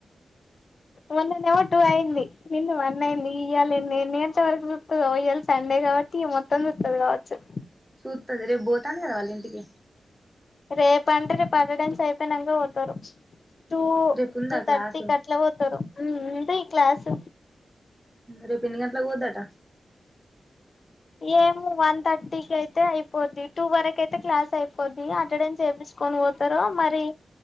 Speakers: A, on the left; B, in the centre.
A: మొన్న నేమో టూ అయింది నిన్న వన్ అయింది ఇయ్యల్ ఎన్ని గంటల సప్తుదయ్యల్ సండేగా టి మొత్తం కా వచ్చు
B: సూట్ అది రేపు పోతాదిగా వాళ్ళింటికి
A: రేపు అంటే రేపు అటెండెన్స్ అయిపోయినాక పోతారు టూ
B: రేపు ఉందా
A: టూ
B: క్లాసు
A: థర్టీ క అట్లా పోతారు అంతే ఈ క్లాసు
B: రేపు ఎన్ని గంటల పోద్దాట
A: ఏమ వన్ థర్టీ క అయితే అయిపోద్ది టూ వరకు అయితే క్లాస్ అయిపోద్ది అటెండెన్స్ ఏమి తీసుకొని పోతారు మరి